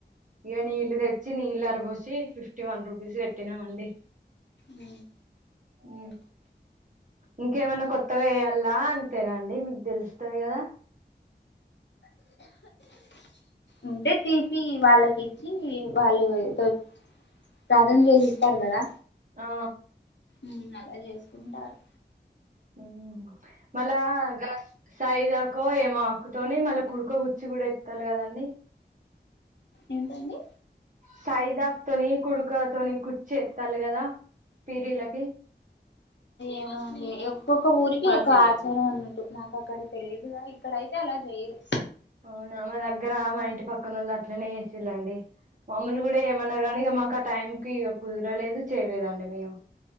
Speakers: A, on the right (about 45°); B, on the left (about 75°).
A: ఇగ నీళ్లు తెచ్చి వచ్చి నీళ్ళ అర పోసి ఫిఫ్టీ వన్ రూపీస్ పెట్టినాం అండి
B: ఉ
A: ఊ ఇంకేమన్నా కొత్తగా వేయాల్ల అంతేనా అండి మీకు తెలుస్తది కదా
B: ఉంటే తీపి వాళ్ళకి ఇచ్చి వాళ్ళు ఏదో సాధం చేసి ఇస్తారు కదా
A: ఆ
B: ఉ అలా చేసుకుంటారు
A: ఉ మళ్ళా గాస్ సాయిదాకో ఏమో ఆకుతోని మళ్ళీ కుడుకో గుచ్చి కూడా ఎస్తాలి కదండి
B: ఏంటండి
A: సైదక్ తోని కుడుక తోని కుర్చి ఎత్తలు కదా పిరీలకి
B: ఏమో అండి ఒక్కొక్క ఊరికి ఒక ఆచారం ఆన్నట్టు నాకు అక్కడకి తెలిదుగా ఇక్కడైతే అలా చేయరు
A: అవునా మా దగ్గర మా ఇంటి పక్కన వాళ్ళు అట్లనే చేసళ్ళు అండి మాములు కూడా ఏమన్నారు ఇగ మాకు ఆ టైం కి కుదరలేదు చేయలేదండి మేము